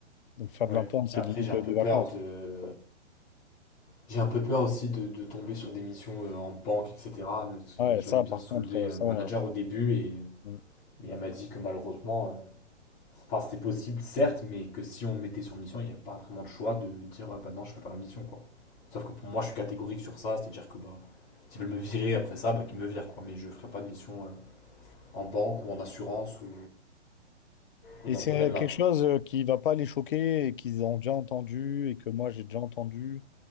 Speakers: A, on the left; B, on the left.
A: Donc, faire
B: Ouais.
A: de l'interne, c'est
B: Et Après,
A: limite
B: j'ai un
A: euh,
B: peu
A: des
B: peur
A: vacances.
B: de. J'ai un peu peur aussi de, de tomber sur des missions euh, en banque, etc. Parce que
A: Ouais,
B: Je
A: ça,
B: l'avais bien
A: par
B: soulevé,
A: contre, euh,
B: euh,
A: ça.
B: le manager,
A: euh,
B: au début, et,
A: mm.
B: mais elle m'a dit que malheureusement, Enfin, c'était possible, certes, mais que si on me mettait sur mission, il n'y avait pas vraiment de choix de dire, ah bah non, je fais pas la mission, quoi. Sauf que pour moi, je suis catégorique sur ça, c'est-à-dire que bah, s'ils veulent me virer après ça, bah, qu'ils me virent, quoi. Mais je ferai pas de mission euh, en banque ou en assurance ou, ou
A: Et
B: dans
A: c'est
B: ce domaine-là.
A: quelque chose euh, qui va pas les choquer et qu'ils ont déjà entendu et que moi, j'ai déjà entendu.